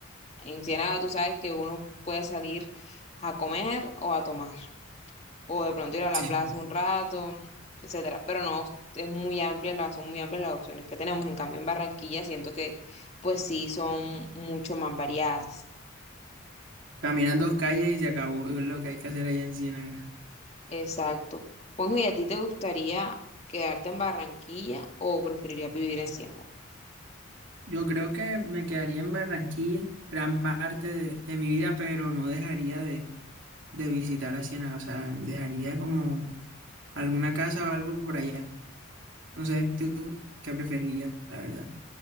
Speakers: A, on the left; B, on the right.
A: en Ciénaga tú sabes que uno puede salir a comer o a tomar, o de pronto ir a la
B: Sí.
A: plaza un rato, etcétera. Pero no, es muy amplia, las- son muy amplias las opciones que tenemos. En cambio, en Barranquilla siento que pues sí son mucho más variadas.
B: caminas dos calles y se acabó lo que hay que hacer allá en Ciénaga.
A: Exacto. Juanjo, ¿y a ti te gustaría quedarte en Barranquilla o preferirías vivir en Cienfuegos?
B: Yo creo que me quedaría en Barranquilla gran parte de, de mi vida, pero no dejaría de, de visitar a Ciénaga. O sea, dejaría como alguna casa o algo por allá. No sé, ¿tú qué preferirías, la verdad?